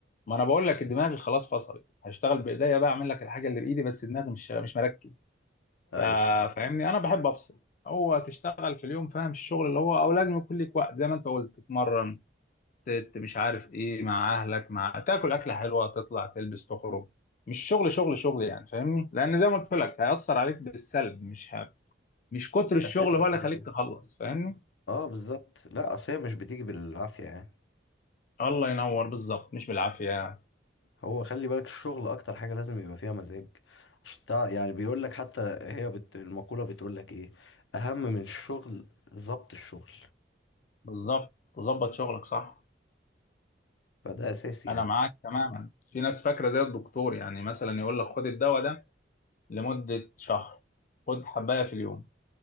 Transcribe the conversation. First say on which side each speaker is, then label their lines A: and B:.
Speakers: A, on the left; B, on the left.
A: ما انا بقول لك دماغي خلاص فصلت هشتغل بايديا بقى اعمل لك الحاجه اللي بايدي بس دماغي مش مش مركز
B: ايوه
A: فا-
B: فاهم
A: فاهمني انا بحب افصل هو تشتغل في اليوم فاهم الشغل اللي هو او لازم يكون ليك وقت زي ما انت قلت تتمرن ت- ت- مش عارف ايه مع اهلك مع تاكل اكله حلوه تطلع تلبس تخرج مش شغل شغل شغل يعني فاهمني لان زي ما قلت لك هيأثر عليك بالسلب مش ه... مش كتر الشغل
B: اساسي
A: هو
B: كده
A: اللي يخليك
B: كده
A: تخلص فاهمني
B: اه بالظبط لا اصل هي مش بتيجي بالعافيه يعني
A: الله ينور بالظبط مش بالعافية
B: هو خلي بالك الشغل اكتر حاجه لازم يبقى فيها مزاج عشان تع- يعني بيقول لك حتى هي بت... المقوله بتقول لك ايه اهم من الشغل ضبط الشغل
A: بالظبط تظبط شغلك صح
B: فده اساسي يعني
A: أنا معاك تماما في ناس فاكرة زي الدكتور يعني مثلا يقول لك خد الدواء ده لمدة شهر خد حباية في اليوم